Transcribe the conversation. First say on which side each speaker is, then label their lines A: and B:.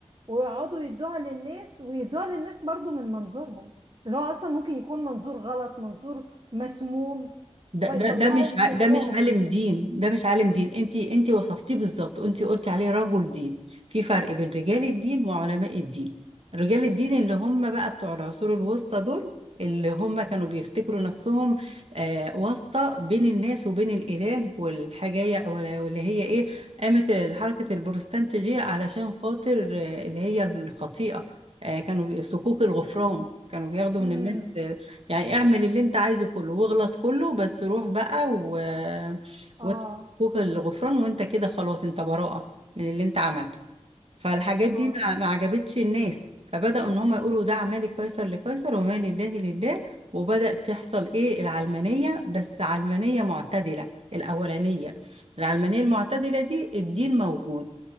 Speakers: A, on the right; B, on the right.
A: ويقعدوا يدوها للناس ويدوها للناس برضو من منظورهم اللي هو أصلا ممكن يكون منظور غلط منظور مسموم
B: ده
A: فيطلعوا
B: ده ده مش
A: سمهم
B: ع- ده مش عالم دين ده مش عالم دين انت انت وصفتيه بالظبط انت قلتي عليه رجل دين في فرق بين رجال الدين وعلماء الدين رجال الدين اللي هم بقى بتوع العصور الوسطى دول اللي هم كانوا بيفتكروا نفسهم آه واسطة بين الناس وبين الإله والحاجة ولا- واللي هي ايه قامت حركة البروتستانتية علشان خاطر آه اللي هي الخطيئة آه كانوا بي- صكوك الغفران كانوا بياخدوا
A: امم
B: من الناس يعني اعمل اللي انت عايزه كله واغلط كله بس روح بقى و
A: اه
B: وفوق الغفران وانت كده خلاص انت براءة من اللي انت عملته فالحاجات دي
A: اه
B: ما ما عجبتش الناس فبدأوا ان هم يقولوا ده اعمال قيصر لقيصر وما لله لله وبدأ تحصل ايه العلمانية بس علمانية معتدلة الأولانية العلمانية المعتدلة دي الدين موجود